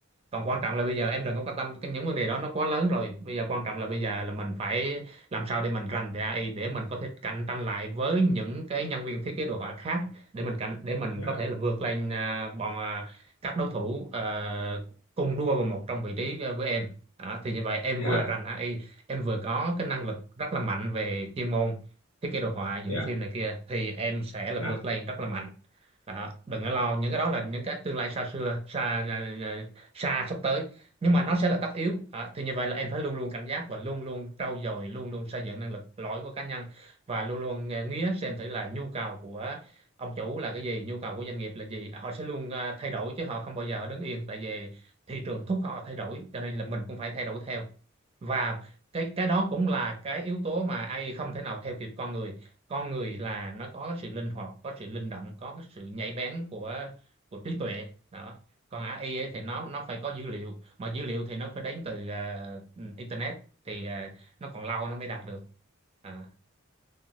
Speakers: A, on the right; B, on the left.
A: còn quan trọng là bây giờ em đừng có quan tâm cái những vấn đề đó nó quá lớn rồi bây giờ quan trọng là bây giờ là mình phải làm sao để mình rành về AI để mình có thể cạnh tranh lại với những cái nhân viên thiết kế đồ họa khác để mình cạnh để mình
B: dạ
A: có thể là vượt lên à, bọn à, các đối thủ ờ, cùng đua vào một trong vị trí ờ, với em đó, thì như vậy em
B: dạ
A: vừa rành AI em vừa có cái năng lực rất là mạnh về chuyên môn thiết kế đồ họa dựng
B: dạ
A: phim này kia thì em sẽ
B: dạ
A: là vượt lên rất là mạnh đó, đừng có lo
B: dạ
A: những cái đó là những cái tương lai xa xưa xa ờ, ờ, xa, sắp tới nhưng mà nó sẽ là tất yếu Đó, thì như vậy là em phải luôn luôn cảnh giác và luôn luôn trau dồi luôn luôn xây dựng năng lực lõi của cá nhân và luôn luôn ờ, nghía xem thử là nhu cầu của ông chủ là cái gì nhu cầu của doanh nghiệp là gì họ sẽ luôn ờ, thay đổi chứ họ không bao giờ họ đứng yên tại vì thị trường thúc họ thay đổi cho nên là mình cũng phải thay đổi theo và cái cái đó cũng là cái yếu tố mà AI không thể nào theo kịp con người con người là nó có cái sự linh hoạt có sự linh động có cái sự nhạy bén của của trí tuệ đó còn AI ấy thì nó nó phải có dữ liệu mà dữ liệu thì nó phải đến từ ờ, internet thì ờ, nó còn lâu nó mới đạt được à.